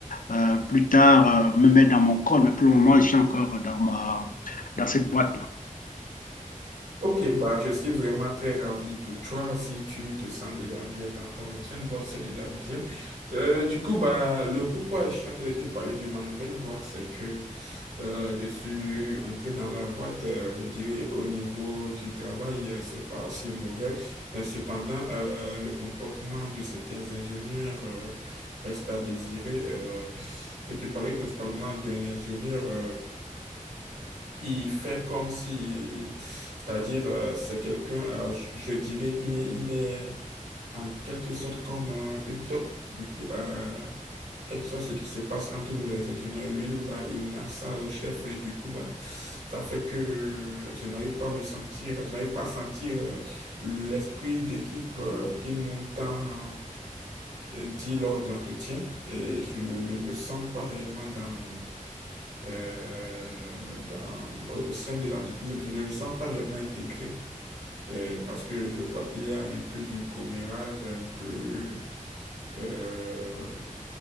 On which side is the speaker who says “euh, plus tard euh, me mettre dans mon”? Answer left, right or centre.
Left